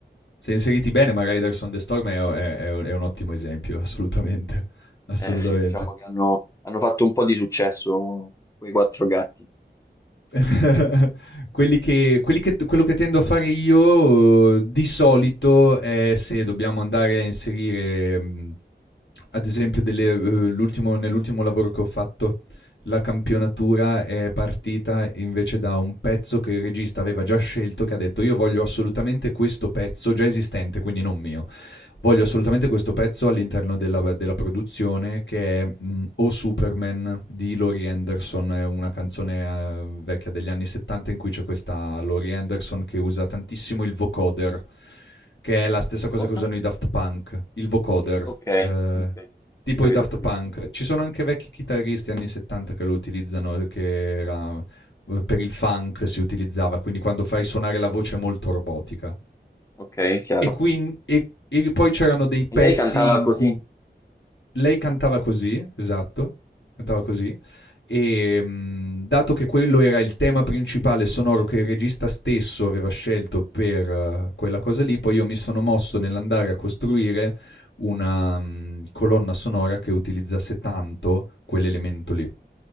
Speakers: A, on the left (about 80°); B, on the left (about 15°).
A: se inseriti bene, ma Riders on the Storm è o è è un è un ottimo esempio, assolutamente, <laughs> assolutamente.
B: Eh sì, diciamo che hanno, hanno fatto un po' di successo quei quattro gatti.
A: <laughs> Quelli che quelli che t quello che tendo a fare io eh, di solito è se dobbiamo andare a inserire, mhmm, ad esempio delle uhm, l'ultimo nell'ultimo lavoro che ho fatto, la campionatura è partita invece da un pezzo che il regista aveva già scelto, che ha detto: "Io voglio assolutamente questo pezzo", già esistente, quindi non mio. Voglio assolutamente questo pezzo all'interno della della produzione che è, mhmm, "O Superman" di Laurie Anderson, è una canzone, ehm, vecchia degli anni '70 in cui c'è questa Laurie Anderson che usa tantissimo il vocoder, che è la stessa cosa
B: Cosa?
A: che usano i Daft Punk, il vocoder.
B: Ok,
A: Ehm,
B: ok,
A: tipo
B: ho capito,
A: i Daft
B: ho capito.
A: Punk. Ci sono anche vecchi chitarristi anni '70 che lo utilizzano, che era, uhm, per il funk si utilizzava, quindi quando fai suonare la voce molto robotica.
B: Ok, chiaro.
A: E quin e e poi c'erano dei pezzi
B: E lei cantava
A: in
B: così.
A: cui lei cantava così, esatto, cantava così, e mh, dato che quello era il tema principale sonoro che il regista stesso aveva scelto per eh, quella cosa lì, poi io mi sono mosso nell'andare a costruire una mh, colonna sonora che utilizzasse tanto quell'elemento lì.